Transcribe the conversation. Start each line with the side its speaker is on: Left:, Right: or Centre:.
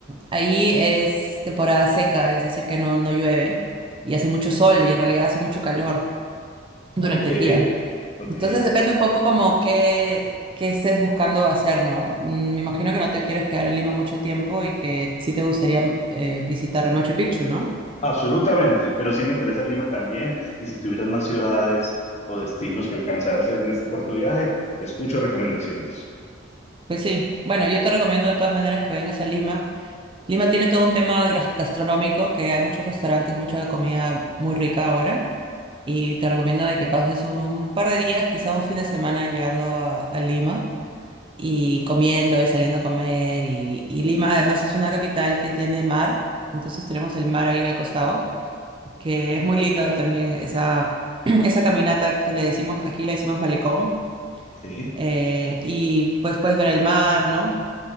Right: ahí es temporada seca, es decir, que no, no llueve y hace mucho sol y en realidad hace mucho calor durante
Left: Ok,
Right: el día.
Left: ok,
Right: Entonces depende un poco como qué, qué estés buscando hacer, ¿no? Mm, Me imagino que no te quieres quedar en Lima mucho tiempo y que sí te gustaría eh, visitar Machu Picchu, ¿no?
Left: absolutamente. Pero sí me interesa Lima también. Y si tuvieras más ciudades o destinos que alcanzar a hacer en este corto viaje, escucho recomendaciones.
Right: Pues sí, bueno, yo te recomiendo de todas maneras que vengas a Lima. Lima tiene todo un tema gras- gastronómico, que hay muchos restaurantes, mucha comida muy rica ahora. Y te recomiendo de que pases un par de días, quizá un fin de semana llegando a, a Lima y comiendo y saliendo a comer. Y, y Lima además es una capital que tiene mar, entonces tenemos el mar ahí al costado, que es muy lindo también esa, <clears throat> esa caminata que le decimos, aquí le decimos malecón.
Left: Sí,
Right: eh, y pues puedes ver el mar, ¿no?